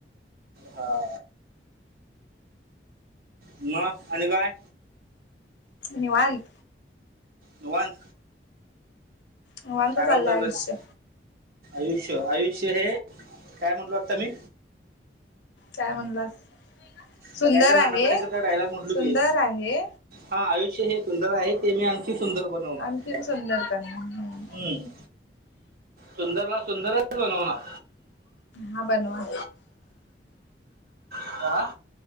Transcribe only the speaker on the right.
हा म आणि काय.
निवात.
आराम चालू
आहे. आयुष्य आयुष्य हे काय म्हटलो आता मी.
सकाळी ते नाना
पाटेकर चा डायलॉग म्हटलो
की
हा आयुष्य हे सुंदर आहे ते मी आणखी सुंदर बनवणार.
हम्म सुंदरला सुंदरच बनवणार.
आ